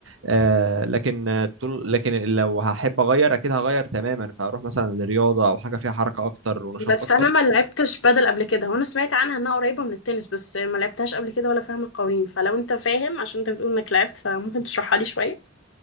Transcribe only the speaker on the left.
بس
أنا ما لعبتش بدل قبل كده وأنا سمعت عنها إنها قريبة من التنس بس ما لعبتهاش قبل كده ولا فاهمة القوانين فلو أنت فاهم عشان أنت بتقول إنك لعبت فممكن تشرحها لي شوية